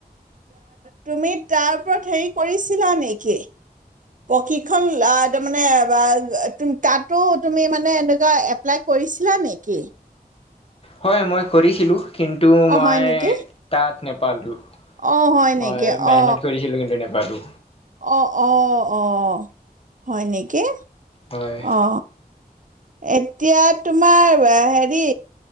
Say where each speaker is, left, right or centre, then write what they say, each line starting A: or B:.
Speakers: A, on the right; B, on the left.
A: তুমি তাৰ ওপৰত হেৰি কৰিছিলা নেকি প্ৰশিক্ষণ তাৰমানে তাতো তুমি মানে এনেকুৱা এপ্লাই কৰিছিলা নেকি?
B: হয় মই কৰিছিলোঁ কিন্তু
A: অ
B: মই
A: হয় নেকি?
B: তাত নেপালো
A: অ হয়
B: মই
A: নেকি?
B: মেহনত
A: অ
B: কৰিছিলো কিন্তু নেপালো
A: অ অ অ হয় নেকি
B: হয়।
A: অ এতিয়া তোমাৰ হেৰি